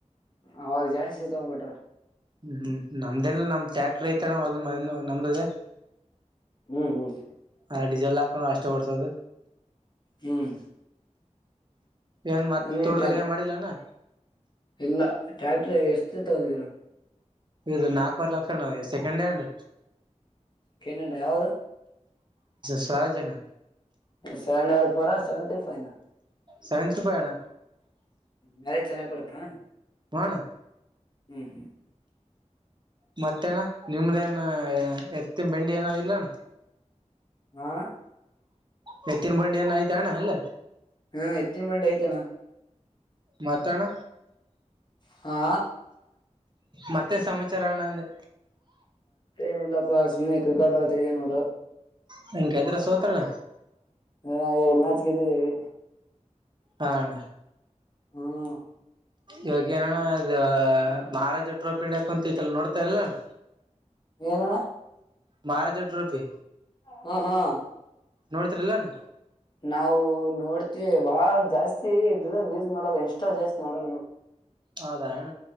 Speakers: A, on the left; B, on the right.
A: ಅವಾಗ ಜಾಸ್ತಿ ತಗೊಂಡ್ಬಿಟ್ರ
B: ಹ್ಮ್ ಹ್ಮ್ ನಮ್ದೆನ ನಮ್ ಟ್ಯಾಕ್ಟ್ರ ಐತೆ ನಾವ್ ಅ ಮನ ನಂಬ್ರದೆ
A: ಹ್ಮ್ ಹ್ಮ್
B: ಹಾ ಡಿಸೆಲ್ ಹಾಕೊಂಡು ಅಷ್ಟ ಒಡ್ಸೋದು
A: ಹ್ಮ್
B: ಏನ್ ಮತ್
A: ಇ
B: ತೋಟದಲ್ಲಿ ಏನ್ ಮಾಡಿಲ್ಲ ಅಣ್ಣ
A: ಎಲ್ಲ ಟ್ಯಾಕ್ಟ್ರ ಎಷ್ಟೇ ತಗೊಂಡರ
B: ಇದು ನಾಲ್ಕವರೆ ಲಕ್ಷಣ ಸೆಕೆಂಡ್ ಹ್ಯಾಂಡ್
A: ನಡ ಯಾವ್ದ
B: ಸ್ವರ ಜನಾ
A: ಸೆವೆನ್ ರ ಸೆವೆನ್ ಫೈನಾ
B: ಸೆವೆಂ ರಿಫೈವಣ
A: ಮ್ಯಾರೇಜ್ ಚೆನ್ನಾಗಿ ಕೊಡುತ್ತಾ
B: ಹಣ
A: ಹ್ಮ್ ಹ್ಮ್
B: ಮತ್ತೇಣ್ಣ ನಿಮ್ದೇನ ಎತ್ತಿನ ಬೆಂಡಿ ಏನ ಇಲ್ಲಣ್ಣ
A: ಹಾ
B: ಮತ್ತನ್ ಬಂಡಿಯನ್ ಐ್ತ ಅಣ್ಣ ಎಲ್ಲ
A: ಹ್ಮ ಎತ್ತಿನ ಮಂಡೆ ಐ್ತನ
B: ಮಾತಣ್ಣ
A: ಹಾ
B: ಮತ್ತೆ ಸಮಾಚಾರಣಂದೆ
A: ಏನಿಲ್ಲಪ್ಪ ಸಮ ಕ್ರಿಕಾಟ್ ಆಗತ ಇದೆ ನೋಡು
B: ಹಗೆದ್ರ ಸೋತ್ರನ
A: ಹಾ ಎರಡು ನಾಚಕ ಇದ್ದಿದ್ದೀವಿ
B: ಹಣ
A: ಹ್ಮ್
B: ಯೋಗ್ಯನಣ್ಣ ಅದು ಮಹಾರಾಜ ಟ್ರೋಪಿ ನಡ ಕುಂತತಿಲ್ಲ ನೋಡ್ತಾರ್ಲಲ್ಲಣ
A: ಏನಣ್ಣ
B: ಮಹಾರಾಜ ಟ್ರಪಿ
A: ಹ್ಮ ಹಾ
B: ನೋಡ್ತಿರಿಲ್ಲಾನ
A: ನಾವು ನೋಡ್ತಿವಿ ಬಾ ಜಾಸ್ತಿ ಇದ ಯೂಸ್ ಮಾಡದ ಇಷ್ಟೋ ಜಾಸ್ತಿ ನೋಡೋದು ನವು
B: ಹೌದಾ